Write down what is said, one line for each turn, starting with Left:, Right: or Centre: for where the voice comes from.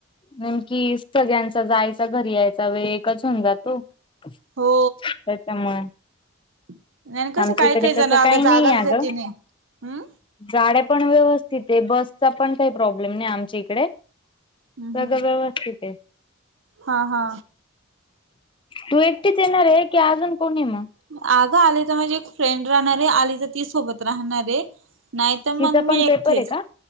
Left: नेमकी सगळ्यांचा जायचा घरी यायचा वेळ एकच होऊन जातो <unintelligible>
Right: हो
Left: त्याच्यामुळे
Right: नाय अनं कसं
Left: आमच्या
Right: काय,
Left: इकडे
Right: काही जण
Left: तसं
Right: आगं
Left: नाही
Right: जागाच
Left: अगं.
Right: देति नही, हम्
Left: गाड्या पण व्यवस्थितं, बसचा पण काही प्रॉब्लेम नाही आमच्या इकडे
Right: हम्म
Left: सगळ
Right: हम्म
Left: व्यवस्थित आहे.
Right: हा हा
Left: तू एकटीच येणारं की अजून कोणी मग
Right: म अगं आली तर माझी एक फ्रेंड राहणारं आली तर ती सोबत राहणारं नाहीतर मग
Left: तिचा पण
Right: मी एकटीच,
Left: पेपर आहे का?